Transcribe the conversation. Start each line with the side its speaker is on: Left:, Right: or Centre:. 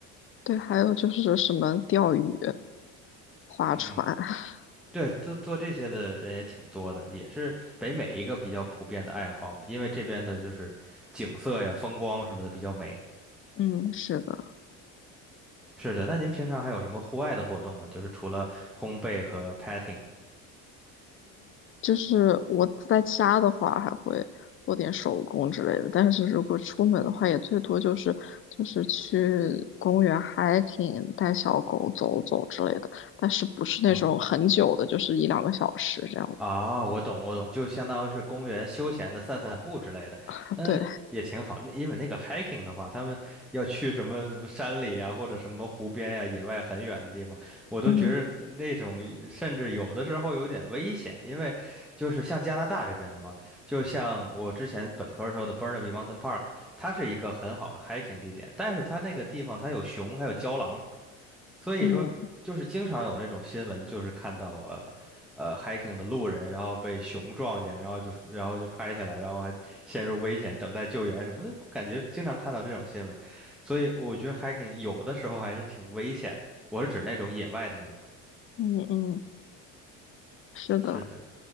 Left: 对，还有就是什么钓鱼、划船，
Centre: <laughs> 嗯，
Left: <laughs>
Centre: 对，做做这些的人也挺多的，也是北美一个比较普遍的爱好嘛，因为这边的就是景色呀、风光什么的比较美。
Left: 嗯，是的，
Centre: 是的，那您平常还有什么户外的活动吗？就是除了烘焙和 petting
Left: 就是我在家的话还会做点手工之类的，但是如果出门的话，也最多就是就是去公园 hiking，带小狗走走之类的，但是不是那种很久的，
Centre: 哦，
Left: 就是一两个小时这样。
Centre: 啊，我懂我懂，就相当于是公园休闲的散散步之类的，
Left: 啊对，
Centre: 嗯，也挺好。那因为那个 hiking 的话，他们要去什么什么山里啊，或者什么湖边呀、野外很远的地方，我都觉着那种甚至有的时候有点危险，
Left: 嗯
Centre: 因为就是像加拿大这边的话，就像我之前本科时候的 Burnaby Mountain Park，它是一个很好的 hiking 地点，但是它那个地方它有熊还有郊狼。所以说，
Left: 嗯
Centre: 就是经常有那种新闻，就是看到呃呃 hiking 的路人，然后被熊撞见，然后就然后就拍下来，然后还陷入危险，等待救援什么的。我感觉经常看到这种新闻，所以我觉得 hiking 有的时候还是挺危险的。我是指那种野外的那种。
Left: 嗯嗯，是的。
Centre: 是的，